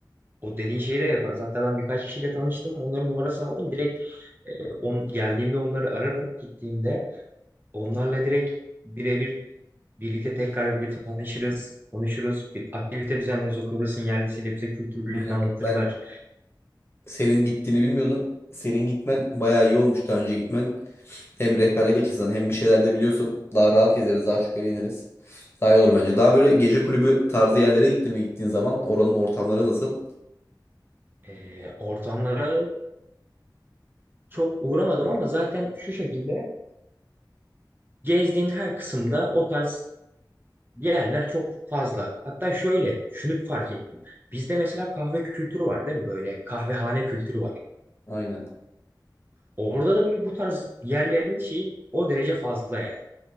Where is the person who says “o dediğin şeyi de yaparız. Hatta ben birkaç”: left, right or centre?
Right